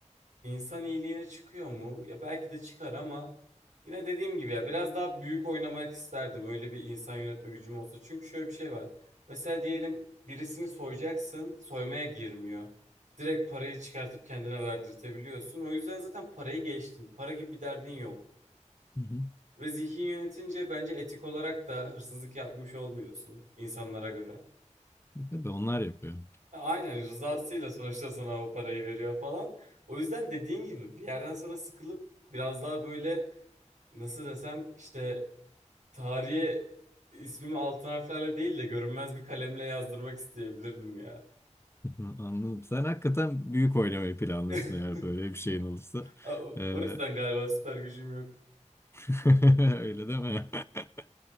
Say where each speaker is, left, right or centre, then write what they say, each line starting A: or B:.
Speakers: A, on the right (about 80°); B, on the left (about 20°).
A: İnsan iyiliğine çıkıyor mu? Ya belki de çıkar ama yine dediğim gibi ya biraz daha büyük oynamak isterdim. Öyle bir insan yönetme gücüm olsa. Çünkü şöyle bir şey var. Mesela diyelim birisini soyacaksın, soymaya girmiyor. Direkt parayı çıkartıp kendine verdirtebiliyorsun. O yüzden zaten parayı geçtim. Para gibi bir derdin yok.
B: hı hı.
A: Ve zihin yönetince bence etik olarak da hırsızlık yapmış olmuyorsun insanlara göre.
B: Tabii onlar yapıyor.
A: Aynen rızasıyla sonuçta sana o parayı veriyor falan. O yüzden dediğin gibi bir yerden sonra sıkılıp biraz daha böyle nasıl desem işte tarihe ismimi altın harflerle değil de görünmez bir kalemle yazdırmak isteyebilirdim ya.
B: Hı hı, Anladım. Sen hakikaten büyük oynamayı planlıyorsun
A: <laughs>
B: eğer böyle bir şeyin olursa.
A: O
B: Ee,
A: o yüzden galiba süper gücüm yok.
B: <laughs> öyle değil mi? <laughs>